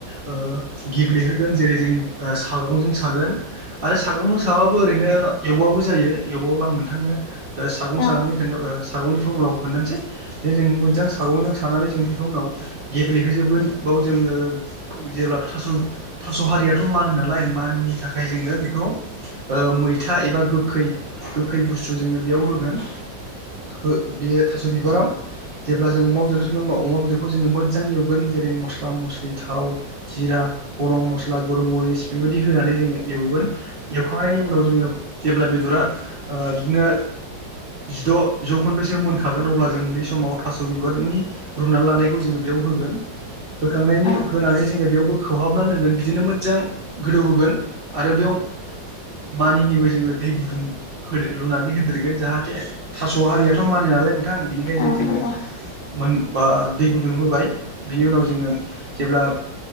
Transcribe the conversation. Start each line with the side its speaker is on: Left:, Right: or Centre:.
Right: ओ गेब्लेहोगोन जेरै जों ओ सा दावगंजों सागोन आरो सागंजों साबाबो ओरैनो एवबाबो जायो एवबाबो आं नोंथांनो ओ सागं
Left: औ
Right: सानानै खोनथो ओ सागंनि फरमुलाखौ खोन्थानोसै दे जों मोज्जां सागंजों सानानै जों बेखौ उनाव गेब्लेहोजोबगोन बाव जोङो जेब्ला थास' थास' हारियाथ' मानो नालाय मानिनि थाखाय जोङो बेखौ ओ मैथा एबा गोखै गोखै बुस्थु जोङो बेयाव हो गोन हो दे थास' दो बिबाराव जेब्ला जों अमा बेदरजो संगोन अमाव अमा बेदरखौ जोङो मोजां एवगोन जेरै मस्ला मस्लि- थाव जिरा गरम मस ला गरमरिस बेबायदि होनानै जोङो एवगोन एवखांनायनि उनाव जोङो जेब्ला बेदरा ओ बिदिनो जिद' जौखोन्दोसो मोनखागोन अब्ला जों बे समाव थास' बिबारनि रुनानै लानाय जोङो बेयाव होगोन होखांनायनि
Left: औ
Right: होनानै जोङो बेयावबो खोहाबना दांगोन बिदिनो मोजां गोदौ होगोन आरो बेयाव मानिनिबो जोङो दै गुदुं लुनानै होदेरगोन जाहाथे थास' हारियाथ' मानो नालाय नोंथां बिनिखायनो
Left: औ
Right: जोङो
Left: नंगौ
Right: मोन बा दै गुदुं होबाय बिनि उनाव जोङो जेब्ला